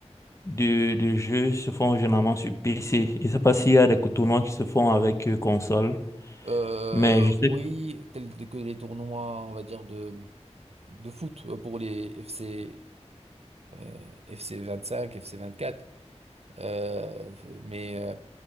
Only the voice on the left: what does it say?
de, de jeux se font généralement sur PC. Je ne sais pas s'il y a des tournois qui se font avec euh, console,
mais je sais